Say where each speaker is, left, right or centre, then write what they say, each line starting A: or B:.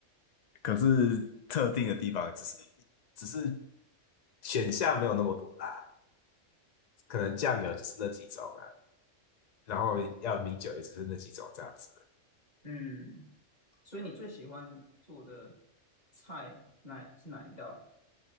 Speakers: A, on the left (about 60°); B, on the left (about 35°).
A: 可是特定的地方，只是只是选项没有那么多啦，可能酱油就是那几种啦，然后要米酒也只是那几种这样子。
B: 嗯，所以你最喜欢做的菜哪是哪一道？